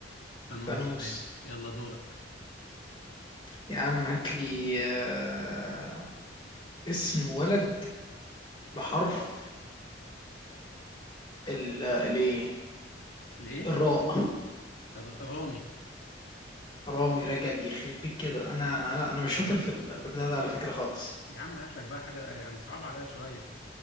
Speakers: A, on the left; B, on the left.
A: فانوس
B: فانوس
A: ماشي يلا دورك
B: يا عم هات لي آه، اسم ولد بحرف ال الايه
A: الايه
B: الراء
A: الر- رامي
B: رامي رجب يخرب بيك كده انا انا لا، انا مش
A: لا
B: شاطر
A: يا عم
B: في ال- في البتاع ده على فكرة خالص
A: يا عم هات لك بقى حاجه آه، يعني صعبه عليا شويه